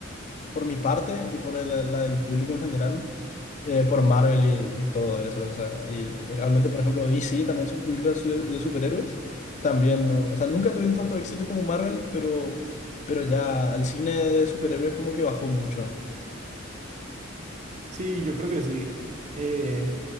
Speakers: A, on the left; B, on the right.
A: por mi parte y por el- la del público en general eh, por Marvel y, y todo eso, o sea, y realmente, por ejemplo, DC también sus películas su- de superhéroes, también, ¿no? O sea, nunca tuvieron tanto éxito como Marvel, pero, pero ya el cine de superhéroes como que bajó mucho.
B: Sí, yo creo que sí. Eh,